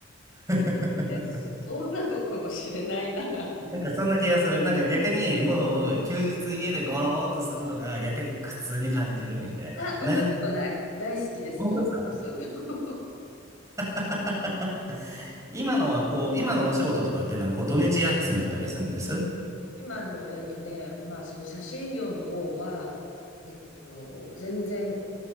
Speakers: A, on the right (about 15°); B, on the left (about 75°).
A: <laughs>
B: えそうなのかもしれないな。
A: なんかそんな気がする。なんか逆にもう休日家でゴローっとするのが逆に苦痛に感じるみたいな。
B: あ、そんなことない。
A: 何、
B: 大好きです、
A: 本当ですか
B: ゴロゴロするの。<laughs>
A: <laughs> 今のはこう、今のお仕事とかっていうのはこう土日休みだったりするんですは
B: 今の、えっとね、まあ、その写真業の方は、えっと、全然、